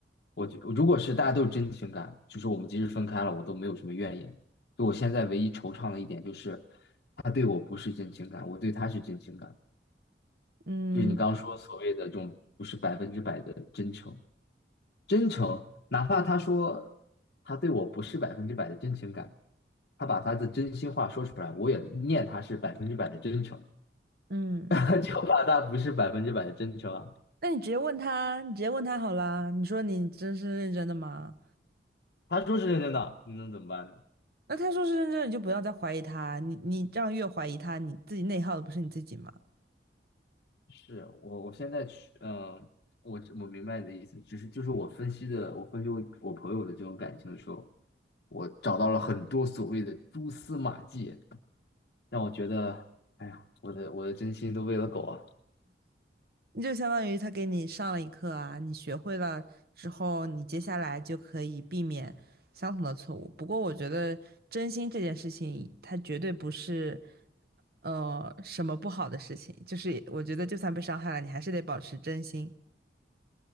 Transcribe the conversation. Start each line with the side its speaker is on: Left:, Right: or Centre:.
Left: 我就如果是大家都是真情感，就是我们即使分开了，我都没有什么怨言。就我现在唯一惆怅的一点就是，他对我不是真情感，我对他是真情感。
Right: 嗯
Left: 就是你刚刚说所谓的这种不是百分之百的真诚，真诚，哪怕他说他对我不是百分之百的真情感，他把他的真心话说出来，我也念他是百分之百的真诚，
Right: 嗯，
Left: <laughs> 就怕他不是百分之百的真诚啊。
Right: 那你直接问他，你直接问他好啦。你说你真是认真的吗？
Left: 他说是认真的，你能怎么办呢？
Right: 那他说是认真的，你就不要再怀疑他。你你这样越怀疑他，你自己内耗的不是你自己吗？
Left: 是我，我现在去，嗯，我我明白你的意思，只是就是我分析的，我分析我我朋友的这种感情的时候，我找到了很多所谓的蛛丝马迹，让我觉得，哎呀，我的我的真心都喂了狗啊！
Right: 就相当于他给你上了一课啊，你学会了之后，你接下来就可以避免相同的错误。不过我觉得真心这件事情，它绝对不是呃什么不好的事情，就是我觉得就算被伤害了，你还是得保持真心。